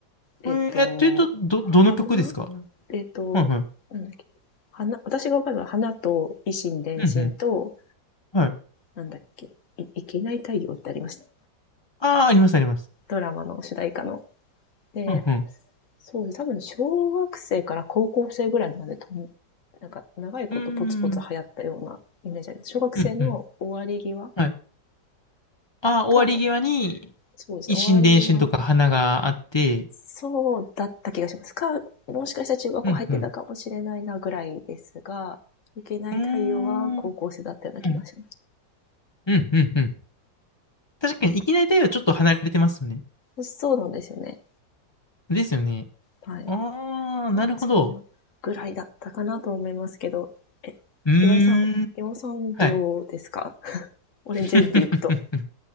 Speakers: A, on the left (about 45°); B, on the left (about 30°).
A: えっと、
B: えー、えというと、ど、
A: 花
B: どの曲ですかは
A: えっと、
B: いはい。
A: なんだっけ、花、私がわかるのは花と維新伝心と、
B: うんうん。はい。
A: なんだっけ、い、いけない太陽ってありました。
B: ああ、あります、あります。
A: ドラマの主題歌の。で、
B: うんうん。
A: そうです。多分小学生から高校生ぐらいまでとん、なんか長いことポツポツ流行ったようなイメージあります。
B: うーん。
A: 小学生の終わり際
B: うんうん。はい。ああ、終わり際に、
A: か、そうですね、
B: 一心伝心とか花があって、
A: 終わり際、そうだった気がします。か、もしかしたら中学校入ってたかもしれないなぐらいですが、
B: うんうん。
A: いけない対応は高校生だったような気がしま
B: うーん。うん。うんうんうん。確かに、いきなり太陽はちょっと離れてますよね。
A: す。そうなんですよね。
B: ですよね。
A: はい。
B: ああ、なるほど。
A: なので、そんなぐらいだったかなと思いますけど、え、
B: うーん。
A: 岩井さん、岩尾さんどうですか
B: はい。
A: <laughs> オレンジインっていくと。
B: <laughs>